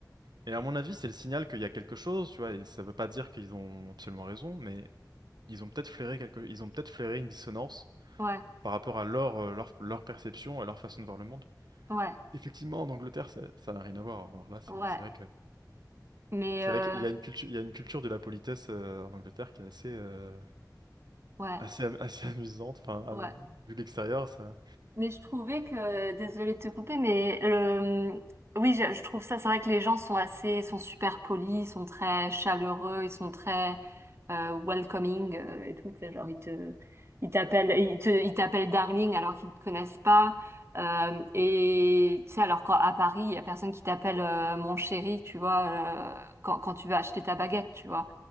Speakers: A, on the right; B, on the right.
A: Et à mon avis, c'est le signal qu'il y a quelque chose, tu vois, et ça veut pas dire qu'ils ont absolument raison, mais ils ont peut-être flairé quelque... ils ont peut-être flairé une dissonance
B: ouais,
A: par rapport à leur, euh, leur, leur perception, à leur façon de voir le monde.
B: ouais,
A: Effectivement, en Angleterre, ça ça n'a rien à voir. Alors là, c'est
B: ouais.
A: c'est vrai que.
B: Mais
A: C'est
B: euh,
A: vrai qu'il y a une culture, il y a une culture de la politesse euh, en Angleterre qui est assez, euh,
B: ouais,
A: assez, am- <laughs> assez amusante. Enfin, à-
B: ouais.
A: vu l'extérieur, ça.
B: Mais je trouvais que, désolée de te couper, mais le, oui, je, je trouve ça, c'est vrai que les gens sont assez, sont super polis, ils sont très chaleureux, ils sont très euh, welcoming euh, et tout. C'est Genre, ils te, ils t'appellent, ils te, ils t'appellent darling alors qu'ils te connaissent pas. Euh, et tu sais, alors qu'à Paris, il y a personne qui t'appelle euh, mon chéri, tu vois, euh, quand, quand tu vas acheter ta baguette, tu vois.